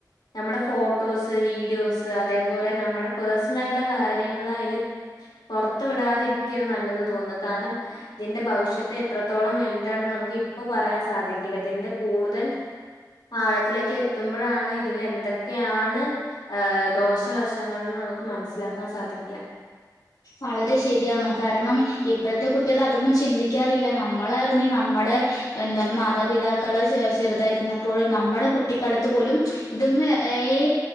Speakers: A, on the left; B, on the left.
A: നമ്മടെ ഫോട്ടോസ് വീഡിയോസ് അതേപോലെ നമ്മ പേഴ്സണൽ ആയിട്ട്ള്ള കാര്യങ്ങളയ്ല് പൊറ്ത്ത് വിടാതിര്ക്ക്യാണ് നല്ലത് തോന്ന കാരണം ഇതിന്റെ ഭവിഷ്യത്തെത്രത്തോളം വല്താണ് നമുക്ക് ഇപ്പോ പറയാൻ സാധിക്കില്ല ഇതിന്റെ കൂടുതൽ ആഴത്തിലേക്ക് എത്തുമ്പോഴാണ് ഇതിൽ എന്തൊക്കെയാണ് ഏ ദോഷവശങ്ങൾന്ന് നമുക്ക് ക്ക് മനസ്സിലാക്കാൻ സാധിക്കാ
B: വളരെ ശരിയാണ് കാരണം ഇപ്പോഴത്തെ കുട്ട ഒരിക്കൽ അതൊന്നും ചിന്തിക്കാറില്ല നമ്മളായിരുന്നു നമ്മുടെ എന്ത മാതാപിതാക്കള് ചെറുതായി ന്നാപ്പോഴ് നമ്മുടെ കുട്ടിക്കാലത്ത് പോലും ഇതൊന്നു എഐ